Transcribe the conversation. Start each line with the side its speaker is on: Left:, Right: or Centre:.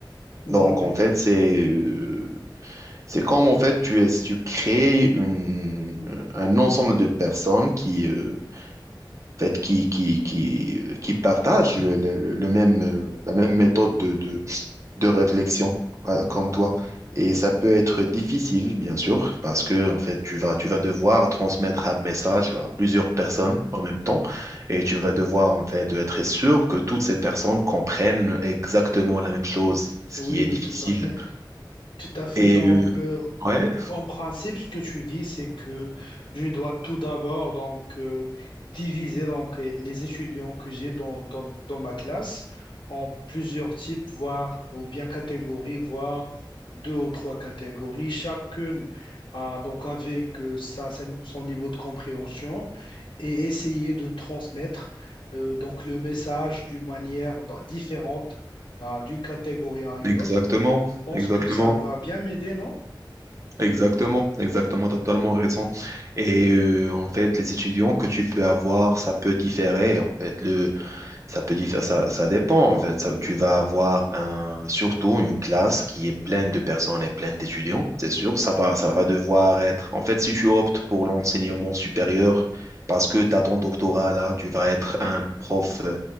Left: oui,
Right: Donc,
Left: oui,
Right: en fait, c'est euh, c'est comme en fait tu es tu crées une un ensemble de personnes qui euh, en fait qui qui qui euh, qui partagent le, le, le le même euh, la même méthode de de de réflexion euh, comme toi. Et ça peut être difficile, bien sûr, parce que en fait tu vas tu vas devoir transmettre un message à plusieurs personnes en même temps, et tu vas devoir en fait être sûr que toutes ces personnes comprennent exactement la même chose, ce
Left: oui,
Right: qui est
Left: oui,
Right: difficile.
Left: tout à fait. Tout à fait.
Right: Et
Left: Donc,
Right: euh,
Left: euh,
Right: Ouais,
Left: En principe, ce que tu dis, c'est que je dois tout d'abord donc euh, diviser donc euh, les étudiants que j'ai dans, dans, dans ma classe en plusieurs types, voire ou bien catégories, voire deux ou trois catégories, chacune euh, donc avec euh, sa- sa- son niveau de compréhension et essayer de transmettre euh, donc le message d'une manière d- différente euh, d'une catégorie à une
Right: exactement,
Left: autre. Je pense
Right: exactement,
Left: que ça va bien m'aider, non?
Right: exactement, exactement, t'as totalement raison. Et euh, en fait, les étudiants que tu peux avoir, ça peut différer. En fait, le, ça peut diffé- ça, ça dépend. En fait, ça, tu vas avoir un, surtout une classe qui est pleine de personnes et pleine d'étudiants. C'est sûr, ça va, ça va devoir être. En fait, si tu optes pour l'enseignement supérieur, parce que tu as ton doctorat là, tu vas être un prof, euh,